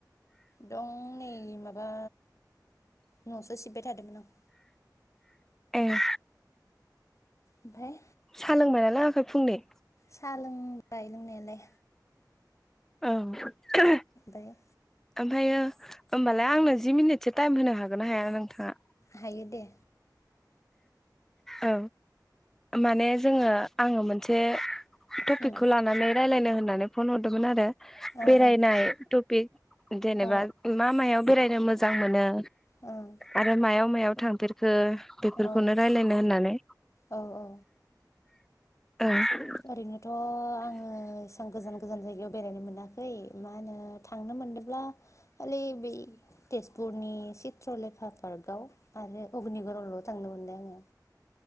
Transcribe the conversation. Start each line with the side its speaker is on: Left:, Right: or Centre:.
Left: दं नै माबा न'सो सिबबाय थादोंमोन आं
Centre: ए
Left: ओमफाय
Centre: साहा लोंबाय ना लोङाखै‌ फुंनि?
Left: साहा लोंबाय लोंनायालाय
Centre: औ
Left: दायो
Centre: ओमफ्रायो होमबालाय आंनो जि मिनिटसो टाइम होनो हागोन ना हाया नोंथाङा?
Left: हायो दे
Centre: औ माने जोङो आङो मोनसे टपिकखौ
Left: ओं
Centre: लानानै रायलायनो होननानै फन हरदोंमोन आरो
Left: ओं
Centre: बेरायनाय टपिक जेनेबा
Left: औ
Centre: मा मायाव बेरायनो मोजां मोनो
Left: ओं
Centre: आरो मायाव मायाव थांफेरखो बेफोरखौनो
Left: औ
Centre: रायलायनो होननानै
Left: औ औ
Centre: ओं
Left: ओरैनोथ' आङो गोजान गोजान जायगायाव बेरायनो मोनाखै मा होनो थांनो मोनदोंब्ला खालि बै तेजपुरनि चित्रलेखा पार्कआव आरो अग्निगर आवल' थांनो मोनदों आङो